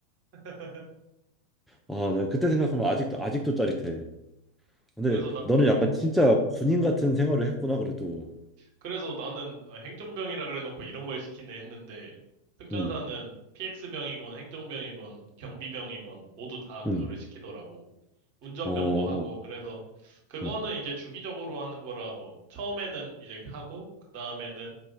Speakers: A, on the right; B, in the centre.
A: <laughs>
B: 아, 난 그때 생각하면 아직도 아직도 짜릿해. 근데
A: 그래서 나,
B: 너는 약간
A: 어.
B: 진짜 군인 같은 생활을 했구나 그래도.
A: 그래서 나는 아, 행정병이라 그래놓고 이런 걸 시키네 했는데 특전사는
B: 응,
A: PX병이건 행정병이건 경비병이건 모두 다 그거를
B: 응,
A: 시키더라고. 운전병도
B: 어,
A: 하고 그래서 그거는
B: 응,
A: 이제 주기적으로 하는 거라 뭐 처음에는 이제 하고 그 다음에는